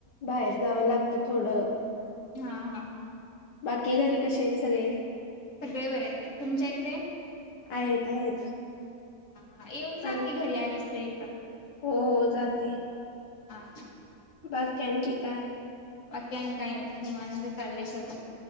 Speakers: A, on the left; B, on the left.
A: बाहेर जावं लागतं थोडं
B: हा हा हा
A: बाकी घरी कसे आहेत सगळे
B: सगळे बरे आहेत तुमच्या इकडे
A: आहेत आहेत
B: हा येऊन जाखी
A: आणि
B: घरी आलीस तर इकड
A: हो हो जाते
B: हा
A: बाघ क आणखी काय
B: बाकीन काय निवणचं चाललंय सगळं